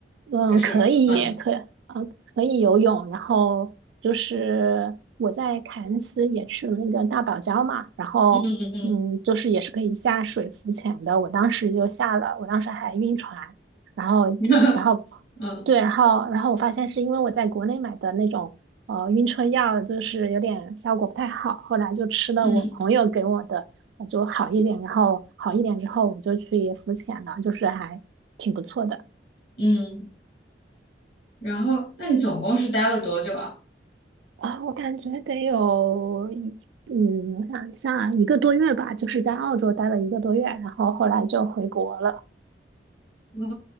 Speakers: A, on the right; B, on the left.
A: 嗯，
B: 还是很
A: 可以，可呃可以游泳，然后就是我在凯恩斯也去了那个大堡礁嘛，然后嗯，
B: 嗯
A: 就是也是可以下水浮潜的，我当时就下了，我当时还晕船，然后然后
B: 嗯 <laughs> 嗯
A: 对，然后然后我发现是因为我在国内买的那种呃晕车药，就是有点效果不太好，后来就吃了我朋友给我的，
B: 嗯
A: 呃就好一点，然后好一点之后我就去浮潜了，就是还挺不错的。
B: 嗯。然后，那你总共是待了多久啊？
A: 啊，我感觉得有一，嗯，我想一下，一个多月吧，就是在澳洲待了一个多月，然后后来就回国了。
B: 哦，